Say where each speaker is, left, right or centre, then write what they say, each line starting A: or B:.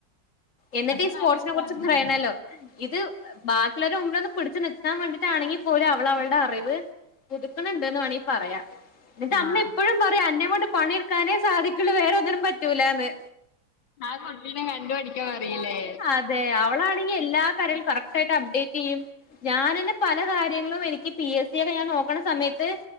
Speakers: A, on the left; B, on the left.
A: എന്നിട്ട്
B: അത്
A: ഈ സ്പോർട്സിനെ
B: നല്ലൊരു
A: കുറിച്ച്
B: കാര്യാണ്
A: പറയണല്ലോ, ഇത് ബാക്കിയുള്ളവരുടെ മുമ്പിലൊന്ന് പിടിച്ച് നിക്കാൻ വേണ്ടിട്ടാണെങ്കി പോലും, അവള് അവളുടെ അറിവ് പുതുക്കണണ്ട്ന്ന് വേണെങ്കിൽ പറയാം. എന്നിട്ട് അമ്മ
B: ആഹ്
A: എപ്പോഴും പറയും. അന്നെ കൊണ്ട് പണിയെടുക്കാനേ സാധിക്കുള്ളൂ. വേറെ ഒന്നിനും പറ്റൂലാന്ന്.
B: ആ കുട്ടീനെ കണ്ടു പഠിക്കാൻ പറീല്ലേ.
A: അതെ അവളാണെങ്കിൽ എല്ലാ കാര്യങ്ങളും കറക് റ്റായിട്ട് അപ്ഡേറ്റ് ചെയ്യും. ഞാൻ ന്നെ പല കാര്യങ്ങളും, എനിക്ക് പി എസ്സിക്കെ ഞാൻ നോക്കണ സമയത്ത്,